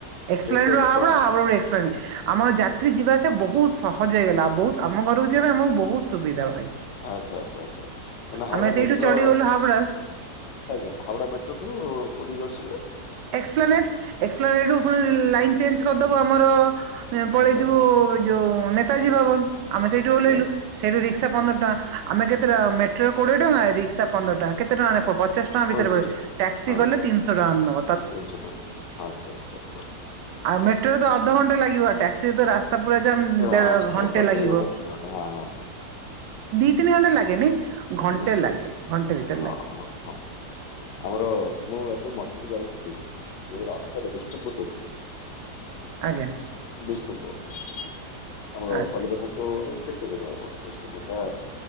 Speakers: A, on the right; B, on the left.
A: ଏକ୍ସପ୍ଲାନେଟ୍
B: ସେଇ ତ
A: ରୁ ହାୱଡା,
B: ଦଶ
A: ହାଉଡା ରୁ ଏକ୍ସପ୍ଲାନେ ଆମର ଯାତ୍ରୀ
B: ଦ-
A: ଯିବା ଆସିବା ବ ବହୁତ ସହଜ ହେଇଗଲା, ବହୁତ ଆମ ଘରକୁ ଯିବା ପାଇଁ ଆମକୁ ବହୁତ ସୁବିଧା ଭାଇ।
B: ଆଚ୍ଛା ଆଚ୍ଛା ଆଚ୍ଛା ମାନେ ହାୱଡା
A: ଆମେ ସେଇଠୁ
B: ମେଟ୍ରୋ
A: ଚଢିଗଲୁ ହାବଡ଼ା
B: ଆଜ୍ଞା ହାଉଡା ମେଟ୍ରୋଠୁ କୋଉଠିକି <unintelligible>
A: ଏକ୍ସପ୍ଲାନେଟ୍ ଏକ୍ସପ୍ଲାନେଟ୍ ରୁ ଫୁଣି ଲାଇନ୍ ଚେଞ୍ଜ କରିଦେବ ଆମର ହେଁ ପଳେଇ
B: ଆଚ୍ଛା
A: ଯିବୁ ଏ ଯୋଉ ନେତାଜୀ ଭବନ ଆମେ ସେଇଠି ଓହ୍ଲେଇଲୁ।
B: ନିହାତି
A: ସେଇଠୁ ରିକ୍ସା ପନ୍ଦର ଟଙ୍କା ଆମେ କେତେଟଙ୍କା ମେଟ୍ରୋରେ କୋଡ଼ିଏ ଟଙ୍କା ରିକ୍ସା ପନ୍ଦର ଟଙ୍କା କେତେ ଟଙ୍କା ରେ ପ ପଚାଶ ଟଙ୍କା ଭିତରେ
B: ପଇଁତିରିଶ
A: ବୋଧେ
B: ଟଙ୍କା
A: ଟ୍ୟାକ୍ସି
B: ହଁ
A: କଲେ ତିନିଶହ ଟଙ୍କା ନବ।
B: ତିନିଶହ ଟଙ୍କା ନବ ଆଛା ଆଛା।
A: ଆଉ ମେଟ୍ରୋରେ ତ ଅଧଘଣ୍ଟେ ଲାଗିବ ଟ୍ୟାକ୍ସିରେ ତ ରାସ୍ ସ୍ତା ପୁରା ଜାମ୍
B: ରାସ୍ତା
A: ଦେ ଘଣ୍ଟେ
B: ତ
A: ଲାଗିବ।
B: ଦୁଇ ଘଣ୍ଟା ତିନି ଘଣ୍ଟା ହଁ ହଁ
A: ଦି ତିନି ଘଣ୍ଟା ଲାଗେନି, ଘଣ୍ଟେ
B: ନିଶ୍ଚୟ
A: ଲାଗେ ଘଣ୍ଟେ ଭିତରେ
B: ହଁ
A: ଲାଗେ।
B: ହଁ ହଁ। ଆମର ମୁଁ ଏବେ ମଝିରେ ଯାଇଥିଲି ଯେ ରଥରେ ବିଷ୍ଣୁପୁର୍ କୁ।
A: ଆଜ୍ଞା।
B: ବିଷ୍ଣୁପୁର୍ ଆମର
A: ଆଚ୍ଛା
B: କଲିକତା ରୁ କେତେ ଦୂର ହବ? କେଷ୍ଣୁପୁର ଟା